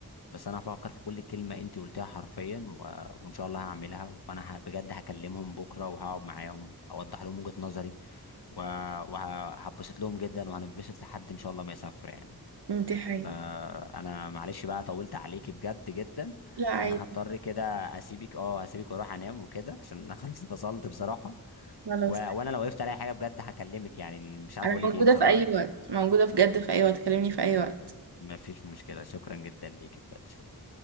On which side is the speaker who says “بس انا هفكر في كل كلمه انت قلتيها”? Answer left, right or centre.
Left